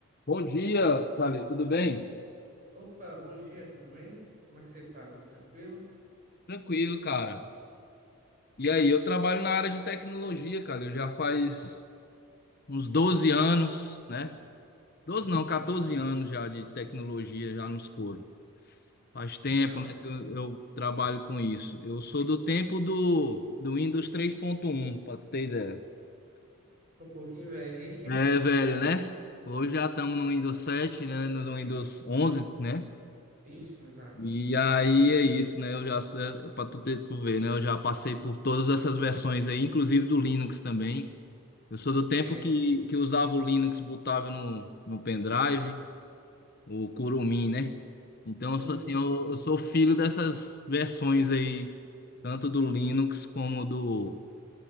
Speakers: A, on the left (about 45°); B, on the right (about 35°).
A: Bom dia, Fábio, tudo bem?
B: Opa, bom dia, tudo bem? Como é que você tá? Tudo tranquilo?
A: Tranquilo, cara. E aí, eu trabalho na área de tecnologia, cara. Eu já faz uns 12 anos, né? 12 não,
B: Sim,
A: 14 anos já de tecnologia, já nos coros. Faz
B: que
A: tempo,
B: da hora.
A: né, que eu, eu trabalho com isso. Eu sou do tempo do, do Windows 3.1, pra tu ter ideia.
B: Um pouquinho velho, hein? <laughs>
A: É, velho, né? Hoje já estamos no Windows 7, né? No Windows 11, né?
B: Isso, exato.
A: E aí é isso, né? Eu já, para tu, ter- tu ver, né? Eu já passei por todas essas versões aí, inclusive do Linux também. Eu sou do tempo
B: É,
A: que, que usava o Linux, botava no, no pendrive, o Kurumin, né? Então
B: sim,
A: eu sou assim,
B: sim,
A: eu, eu sou filho dessas versões aí, tanto do Linux como do,